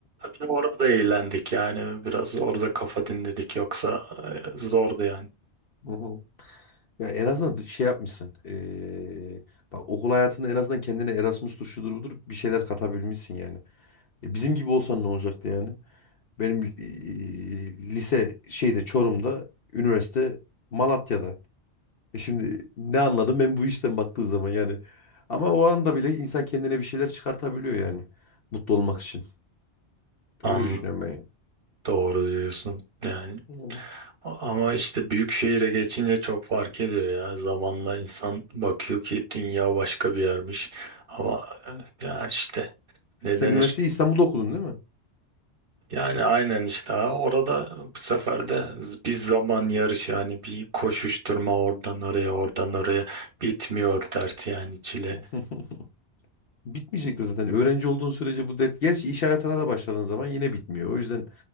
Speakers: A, on the right; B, on the left.
A: bir de orada eğlendik yani biraz orada kafa dinledik yoksa e, zordu yani
B: Hı. Ya en azından şey yapmışsın. Ee, bak okul hayatında en azından kendine Erasmus'tur şudur budur bir şeyler katabilmişsin yani. Ya bizim gibi olsan ne olacaktı yani? Benim ee, lise şeyde Çorum'da, üniversite Malatya'da. E şimdi ne anladım ben bu işten baktığı zaman yani. Ama o anda bile insan kendine bir şeyler çıkartabiliyor yani. Mutlu olmak için.
A: an
B: Öyle düşünüyorum ben. yani.
A: doğru diyorsun yani
B: Yani.
A: Ama işte büyük şehire geçince çok fark ediyor ya. Zamanla insan bakıyor ki dünya başka bir yermiş. Ama e, ya işte
B: <laughs>
A: ne
B: Sen
A: denir?
B: üniversiteyi İstanbul'da okudun değil mi?
A: Yani aynen işte ha, orada bu sefer de z- bir zaman yarışı yani bir koşuşturma oradan oraya oradan oraya bitmiyor dert yani çile.
B: <laughs> Bitmeyecekti zaten. Öğrenci olduğun sürece bu dert. Gerçi iş hayatına da başladığın zaman yine bitmiyor. O yüzden